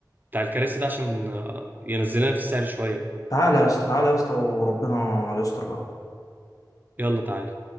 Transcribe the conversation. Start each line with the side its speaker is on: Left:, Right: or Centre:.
Right: بتاع الكراسي ده عشان آه، ينزلنا في السعر شويه
Left: تعالى يا اسطى تعالى يا اسطى وربنا يستر بقى
Right: يلا تعالى